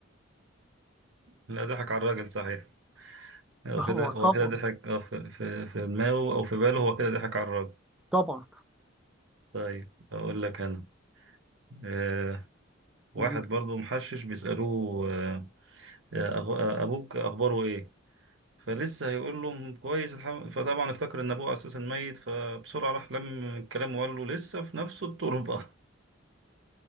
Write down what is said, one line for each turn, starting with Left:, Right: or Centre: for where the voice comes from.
Right: لا ضحك على الراجل صحيح هو
Centre: <laughs> هو
Right: كده هو
Centre: طبعا
Right: كده ضحك آه، في في في دماغه او في باله هو كده ضحك على الراجل
Centre: طبعا
Right: طيب اقول لك انا آه واحد
Centre: قول.
Right: برضو محشش بيسالوه آه آه، أخ- آه، ابوك اخباره ايه فلسه هيقول له كويس الحمد فطبعا افتكر ان ابوه اساسا ميت فبسرعه راح لم الكلام وقال له لسه في نفس التربه <laughs>